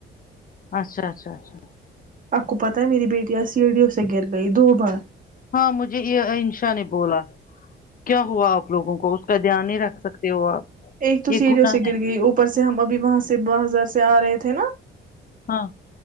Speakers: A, on the left; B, on the right.
A: اچھا اچھا اچھا
B: آپ کو پتا ہے میری بیٹی ا سیڑھی اس سے گر گئی دو بار
A: ہاں مجھے انشا نے بولا کیا ہوا آپ لوگوں کو اس کا دھیان نہیں رکھ سکتے ہو آپ
B: ایک ت
A: یہ
B: ا
A: گناہ
B: جوو س
A: ہے
B: گر گئی اوپر سے ہم ابھی وہاں سے ب ہازار سے آ رہے تھے نا
A: ہاں